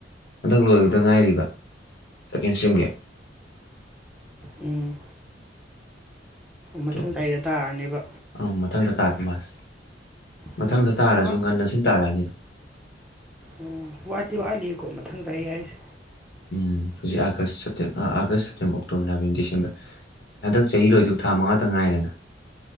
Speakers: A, on the left; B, in the centre.
A: ꯍꯟꯗꯛ ꯂꯣꯏꯕꯗ ꯉꯥꯏꯔꯤꯕ ꯁꯦꯀꯦꯟ ꯁꯦꯝꯒꯤ
B: ꯎꯝ
A: ꯑꯗꯣ
B: ꯃꯊꯪ ꯆꯩꯗ ꯇꯥꯔꯅꯦꯕ
A: ꯑꯪ ꯃꯊꯪꯗ ꯇꯗꯨ ꯃꯥꯜꯂꯦ
B: ꯎꯝ
A: ꯃꯊꯪꯗ ꯇꯥꯔꯁꯨ
B: ꯋꯥ
A: ꯉꯟꯅ ꯁꯨꯝ ꯇꯥꯔꯛꯑꯅꯤꯗ
B: ꯑꯣ ꯋꯥꯠꯇꯤ ꯋꯥꯠꯂꯤꯀꯣ ꯃꯊꯪ ꯆꯍꯤ ꯍꯥꯏꯁꯦ
A: ꯎꯝ ꯍꯧꯖꯤꯛ ꯑꯥꯒꯁ ꯁꯦꯞꯇꯦꯝ ꯑꯥ August September October November December ꯍꯟꯗꯛ ꯆꯍꯤ ꯂꯣꯏꯗꯨꯕ ꯊꯥ ꯃꯉꯥꯇꯪ ꯉꯥꯏꯔꯦꯅ